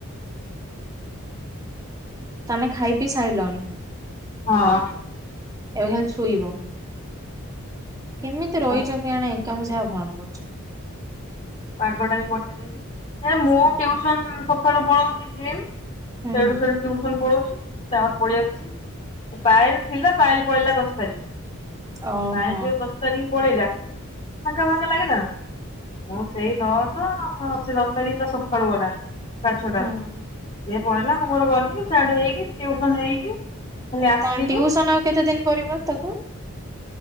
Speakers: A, on the right; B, on the left.
A: ତାମେ ଖାଇ ପିଇ ସାରିଲଣି।
B: ହଁ।
A: ଏବେ ଖାଲି ସୋଇବ। କେମିତି ରହିଛ
B: ହୁଁ
A: କି କେଆନି ଏକା ମୁଁ ସେହା ଭାବୁ
B: ପାଗଟା ପଠେଇଦି ହେ ମୁଁ ସନ ସଖଳୁ ପଳଉଛି ଜ
A: ହୁଁ
B: ସେଠୁ ସେଠୁ ଟ୍ୟୁସନ ପଲୋଉଛି। ସେମର ପଳେଇଆସଛି ପାଏଲ ଥିଲା ପାଏଲ ପଳେଇିଲା ଦଶ ତାରିଖ
A: ଓହୋ
B: ପାୟଲ ପଳେଇଲା ଦଶ ତାରିଖ। ପଳେଇ ଫାଙ୍କା ଫାଙ୍କା ଲାଗିଲ। ସେଇ
A: ହୁଁ
B: ଦଶ ଦଶ ତାରିଖରେ ସକାଳୁ ଗଲା। ସାଢ଼େ ଛଅଟାରେ।
A: ହୁଁ
B: ପଢିଲା ମୁଁ ଘର ଗଲି ସାଡେ ହେଇକି ଟିୟୁସନ ହେଇକି, ଆସିଲି
A: ତା ଟିଉସନ ଆଉ କେତେ ଦିନ କରିବ ତାକୁ